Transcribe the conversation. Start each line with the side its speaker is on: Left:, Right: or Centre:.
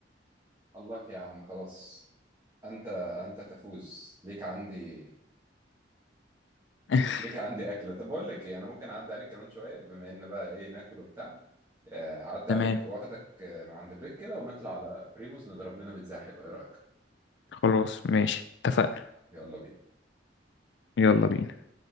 Right: الله يا عم خلاص انت انت تفوز ليك عندي
Left: <laughs>
Right: ليك عندي اكله طب بقول لك ايه انا ممكن اعدي عليك كمان شويه بما ان بقى ايه ناكل وبتاع آه، هعدي
Left: تمام
Right: عليك واخدك آه، من عند البيت كده ونطلع على بريموس نضرب لنا بيتزا حلوه ايه رايك
Left: خلاص ماشي اتفقنا
Right: يلا بينا
Left: يلا بينا